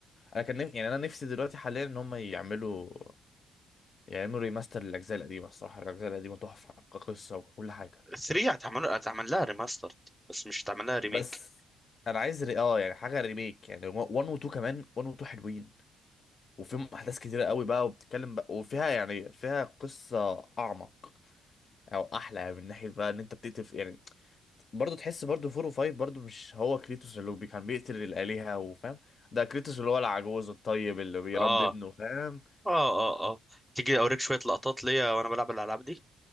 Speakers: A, on the left (about 40°); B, in the centre.
A: انا كان نف... يعني انا نفسي دلوقتي حاليا ان هم يعملوا يعملوا ريماستر للاجزاء القديمه الصراحه الاجزاء القديمه تحفه كقصه وكل حاجه
B: 3 هتعمل هتعمل لها ريماستر بس مش هتعمل لها ريميك
A: بس انا عايز ري... اه يعني حاجه ريميك يعني 1 و 2 كمان 1 و 2 حلوين وفيهم احداث كتيره قوي بقى وبتتكلم بقى وفيها يعني فيها قصه اعمق او احلى يعني من ناحيه بقى ان انت بتقتل في- يعني برضه تحس برضه فور وفايف برضه مش هو كريتوس اللي هو بي- كان بيقتل الالهه وفاهم ده كريتوس اللي هو العجوز الطيب اللي بيربي
B: اه
A: ابنه
B: اه
A: فاهم
B: اه اه تيجي اوريك شوية لقطات ليا وانا بلعب الالعاب دي